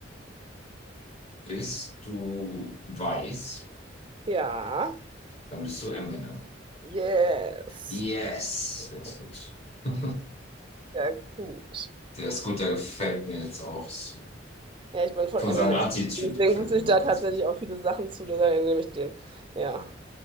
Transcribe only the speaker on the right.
Ja.
Yes.
Sehr gut.
Ja, ich bin von
Eminem.
Deswegen
wusste
ich
da
tatsächlich
auch viele Sachen zu, daher nehme ich den. Ja.